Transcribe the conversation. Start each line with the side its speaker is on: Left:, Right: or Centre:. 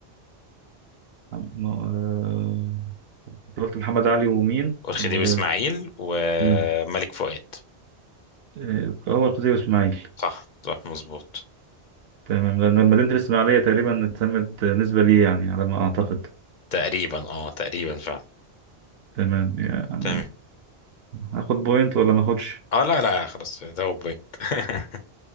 Right: م- آه، أنت قلت محمد علي ومين
Left: والخديوي
Right: و-
Left: اسماعيل وملك
Right: مم.
Left: فؤاد
Right: آه، أول خطيب إسماعيل
Left: صح صح مظبوط
Right: تمام لأن مدينة الإسماعيلية تقريبا اتسمت نسبة ليه يعني على ما أعتقد
Left: تقريبا اه تقريبا فعلا
Right: تمام يعني
Left: تمام
Right: هاخد بوينت ولا ما اخدش
Left: اه لا لا خلاص ده هو بوينت <laughs>